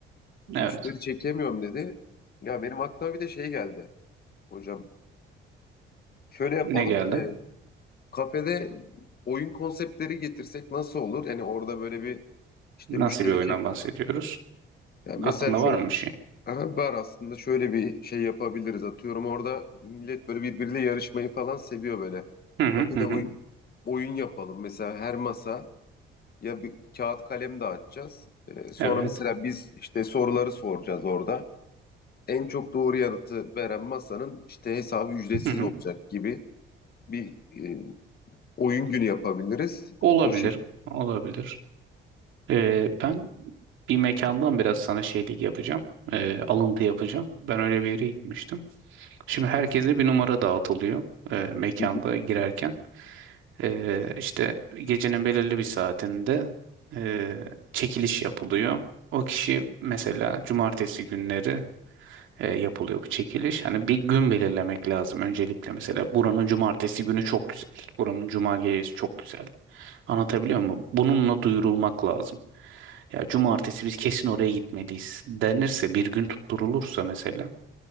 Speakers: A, on the left; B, on the right.
A: müşteri
B: Evet.
A: çekemiyorum dedi. Ya benim aklıma bir de şey geldi hocam. Şöyle yapalım.
B: Ne geldi?
A: Kafede oyun konseptleri getirsek nasıl olur? Yani orada böyle bir işte
B: Nasıl
A: müşteri
B: bir oyundan
A: çek.
B: bahsediyoruz?
A: Yani mesela
B: Aklında
A: şu
B: var mı bir şey?
A: aha, bar aslında şöyle bir şey yapabiliriz. Atıyorum orada millet böyle birbiriyle yarışmayı falan seviyor böyle.
B: Hı hı
A: Kafede
B: hı. hı.
A: oyun oyun yapalım. Mesela her masa ya bir kağıt kalem dağıtacağız. Ee, sonra
B: Evet.
A: mesela biz işte soruları soracağız orada. En çok doğru yanıtı veren masanın işte hesabı ücretsiz
B: Hı hı.
A: olacak gibi bir e, oyun günü yapabiliriz.
B: Olabilir.
A: O
B: Olabilir. Ee, ben bir mekandan biraz sana şeylik yapacağım. Ee, alıntı yapacağım. Ben öyle bir yere gitmiştim. Şimdi herkese bir numara dağıtılıyor e, mekanda
A: şekilde.
B: girerken. E, işte gecenin belirli bir saatinde e, çekiliş yapılıyor. O kişi mesela cumartesi günleri e, yapılıyor bu çekiliş. Hani bir gün belirlemek lazım öncelikle mesela buranın cumartesi günü çok güzel. Buranın cuma gecesi çok güzel. Anlatabiliyor muyum? Bununla duyurulmak lazım. Ya cumartesi biz kesin oraya gitmeliyiz denirse bir gün tutturulursa mesela